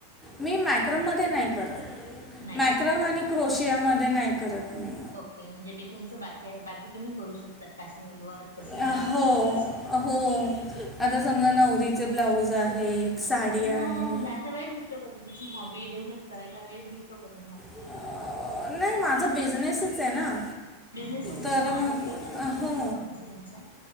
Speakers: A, in the centre; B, on the left.
A: मी मायक्रम मध्ये नाही करत
B: नाही
A: मॅक्रम
B: का?
A: आणि क्रोश मध्ये नाही करत मी
B: ओके म्हणजे ते तुमचं बाकी आहे बाकी तुम्ही करू शकता काश्मीर क
A: अ,
B: व
A: हो
B: वगैरे
A: हो आता समजा नवरीचे ब्लाऊज आहेत साडी
B: आपण
A: आहे
B: मगता वेळ भेटतो का तुम हॉबी डेव्हलप करायला वे भेटतो का तुम्हाला
A: अ, नाही माझा बिझनेसच आहे ना
B: बिझनेसच
A: तर
B: आहे का
A: मग
B: आणि हेल्पला किती जण
A: हो
B: आहेत मग अशी तुमच्या